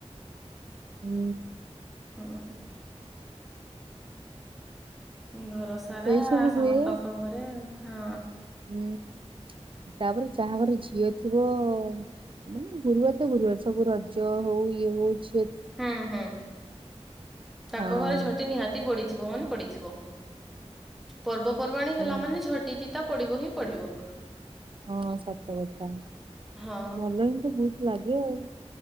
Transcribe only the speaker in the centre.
ହଁ। ଘର ସାରା
ସମସ୍ତଙ୍କ
ଘରେ ହଁ।
ହୁଁ ହୁଁ ତାଙ୍କ
ଘରେ ଝୋଟି ନିହାତି ପଡି ଥିବ ମାନେ ପଡିଥିବ ପର୍ବପର୍ବାଣି
ହେଲା ମାନେ ଝୋଟି ଚି ପଡିବ ହିଁ ପଡିବ।
ହଁ।